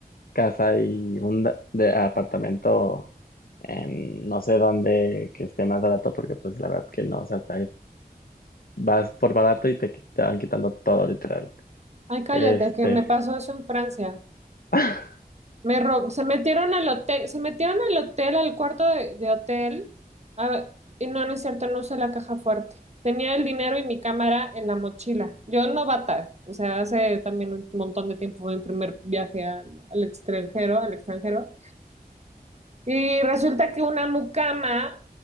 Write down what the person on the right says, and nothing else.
Ay, cállate,
que me pasó eso en Francia.
Me rob- se metieron al hotel, se metieron al hotel, al cuarto de, de hotel, a- y no, no es cierto, no usé la caja fuerte. Tenía el dinero y mi cámara en la mochila. Yo novata, o sea, hace también un montón de tiempo fue mi primer viaje al, al extranjero, al extranjero. Y resulta que una mucama,